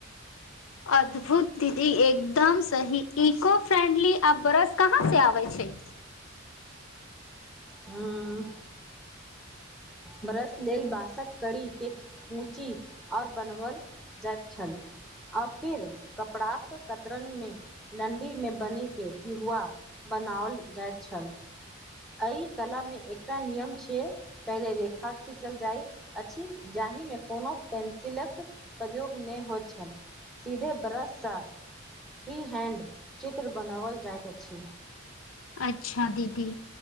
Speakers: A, on the left; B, in the centre.
A: आ अद्भुत दीदी एकदम सही, इको फ्रेंडली आ ब्रस कहाँ से आबै छैय।
B: उं। बरश लेल बाँंसक कड़ीके कूची और बनबल जाइत छल। आ फिर कपड़ाक कतरनमे डणडी मे बनी के पिहुआ बनाओल जाइत छल अय कलामे एकटा नियम छैय पहिले रेखा खींचल जाइत अछि जाहिमे कोनो पेंसिलक प्रयोग नै होइत छल सीधे बरस सा फ्रीहैण्ड चित्र बनाबल जाइत अछि।
A: अच्छा दीदी।